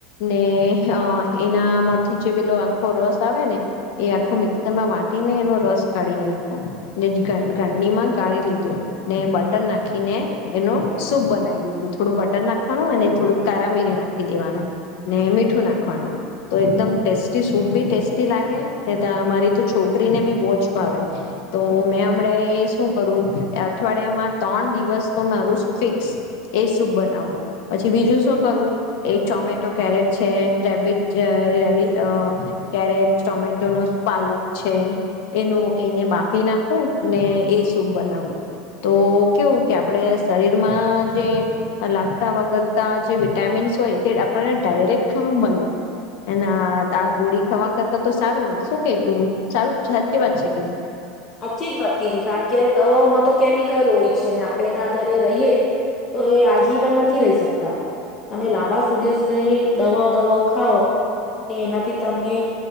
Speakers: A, on the left (about 65°); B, on the left (about 30°).
A: ને એનામાંથી જે પેલો આખો રસ આવે ને એ આખો મિક્સર માં વાટીને એનો રસ કાઢી નાયખો ને ગરનીમાં ગાળી લીધું ને બટર નાખીને એનો સૂપ બનાવી લીધું. થોડું બટર નાખવાનું અને થોડું કા મીરી નાખી દેવાનું ને મીઠું નાખવાનું તો એકદમ ટેસ્ટી સૂપ બી ટેસ્ટી લાગે ને તમારી તો છોકરીને બી બવ જ ભાવે. તો મેં હમને શું કરું અઠવાડિયામાં ત્રણ દિવસ તો મારું ફિક્સ એ બનાવું. પછી બીજું શું કરવું એક ટોમેટો કેરેટ છે, રેબીટ છે અ રેબ અ કેરેટ ટોમેટો નો પાલક છે. એને બાફી નાખવું ને એ સૂપ બનાવું તો કેવું કે આપણેે શરીરમાં જે લાગતા વગતા જે વિટામીન્સ હોય તે આપણને ડાયરેક્ટ મળે એના આ ગોળી ખાવા કરતા તો સારું ને શું કે તું સારું છ કેવા છે કઈ.
B: આછી જ વાત કીધી કારણ કે દવાઓમાં તો કેમિકલ હોય છે આપણે એના આધારે રહીએ તો એ આજીવન નથી રહી શકતા તમે લાંબા સુદેશ લઈ દવાઓ દવાઓ ખાઓ ને એનાથી તમને